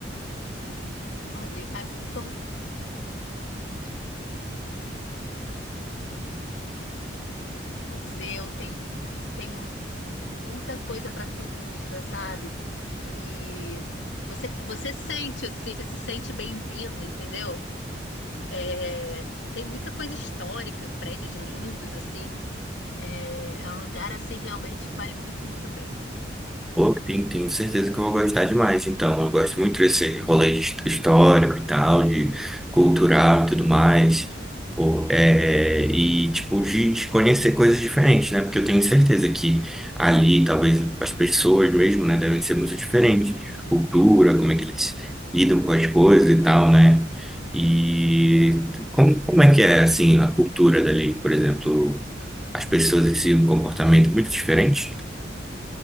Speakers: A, on the left (about 80°); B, in the centre.
A: Ordem, sabe, muito museu, tem, tem mu- muita coisa para turista, sabe? E você, você sente, assim, você se sente bem-vindo, entendeu? É, tem muita coisa histórica, prédios lindos, assim. É, é um lugar, assim, realmente que vale muito, muito a pena.
B: Pô, tem, tenho certeza que eu vou gostar demais, então. Eu gosto muito desse rolê his- histórico e tal, de cultural e tudo mais. Pô, é, e, tipo, de, de conhecer coisas diferentes, né? Porque eu tenho certeza que ali, talvez, as pessoas mesmo, né, devem ser muito diferentes. A cultura, como é que eles lidam com as coisas e tal, né? E como, como é que é, assim, a cultura dali, por exemplo, as pessoas em si, um comportamento muito diferente?